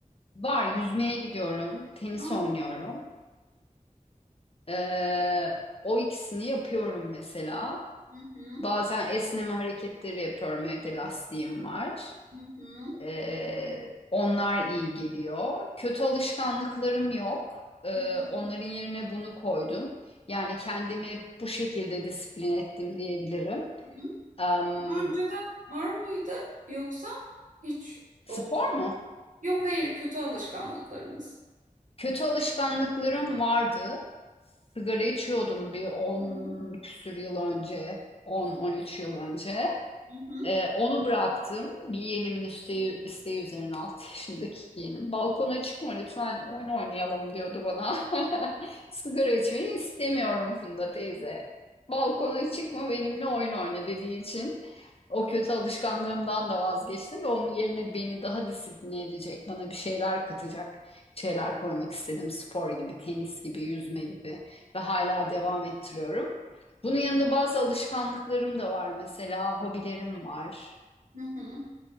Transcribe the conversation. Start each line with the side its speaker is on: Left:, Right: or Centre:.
Left: Var. Yüzmeye gidiyorum, tenis
Right: hı
Left: oynuyorum.
Right: hı,
Left: Ee, o ikisini yapıyorum mesela.
Right: hı hı,
Left: Bazen esneme hareketleri yapıyorum. Evde lastiğim var.
Right: hı hı,
Left: Ee, onlar iyi geliyor. Kötü alışkanlıklarım yok. Ee,
Right: hı hı,
Left: onların yerine bunu koydum. Yani kendimi bu şekilde disiplin ettim diyebilirim.
Right: hı
Left: Em,
Right: Daha önceden var mıydı yoksa hiç
Left: spor
Right: olmadı.
Left: mu?
Right: Yok hayır kötü alışkanlıklarınız.
Left: Kötü alışkanlıklarım vardı. Sigara içiyordum bir 10
Right: Hı hı,
Left: küsür yıl önce, 10-13 yıl önce.
Right: hı hı,
Left: Ee, onu bıraktım. Bir yeğenimin isteği, isteği üzerine 6 <laughs> yaşındaki yeğenim. Balkona çıkma lütfen oyun oynayalım diyordu bana. <laughs> Sigara içmeyi istemiyorum Funda teyze. Balkona çıkma benimle oyun oyna dediği için o kötü alışkanlığımdan da vazgeçtim ve onun yerine beni daha disipline edecek, bana bir şeyler katacak şeyler koymak istedim. Spor gibi, tenis gibi, yüzme gibi ve hala devam ettiriyorum. Bunun yanında bazı alışkanlıklarım da var. Mesela hobilerim var.
Right: hı hı, hı hı.